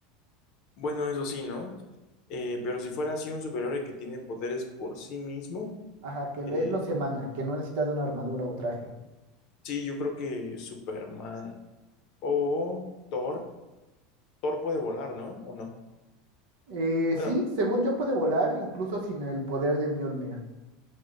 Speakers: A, on the left; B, on the right.
A: Bueno, eso sí, ¿no? Eh, pero si fuera así un superhéroe que tiene poderes por sí mismo,
B: Ajá, que
A: eh,
B: lo- es lo semana, que no necesitas una armadura o traje.
A: sí, yo creo que Superman o Thor, Thor puede volar, ¿no? ¿O no?
B: Eh,
A: Bueno,
B: sí, según yo puede volar, incluso sin el poder de Mjolnir.